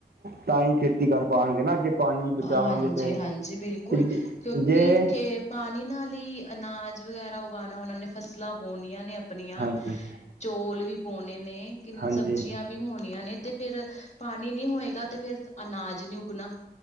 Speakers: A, on the right; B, on the left.
A: ਤਾਂ ਹੀ ਖੇਤੀ ਕਰ ਪਾਨਗੇ ਨਾ, ਜੇ ਪਾਣੀ ਬਚਾਵਾਂਗੇ।
B: ਹਾਂਜੀ
A: ਤੇ,
B: ਹਾਂਜੀ ਬਿਲਕੁਲ
A: ਤੇ
B: ਕਿਉਂਕਿ
A: ਜੇ
B: ਖੇ ਪਾਣੀ ਨਾਲ ਹੀ ਅਨਾਜ ਵਗੈਰਾ ਉਗਾਉਣਾ ਉਹਨਾਂ ਨੇ। ਫਸਲਾਂ ਬੋਣੀਆਂ ਨੇ ਅਪਣੀਆਂ,
A: ਹਾਂਜੀ
B: ਚੌਲ ਵੀ ਬੋਣੇ ਨੇ ਕਿ
A: ਹਾਂਜੀ
B: ਸਬਜ਼ੀਆਂ ਵੀ ਹੋਣੀਆਂ ਨੇ ਤੇ ਫੇਰ ਪਾਣੀ ਨੀ ਹੋਏਗਾ ਤੇ ਫੇਰ ਅਨਾਜ ਨੀ ਉੱਗਣਾ।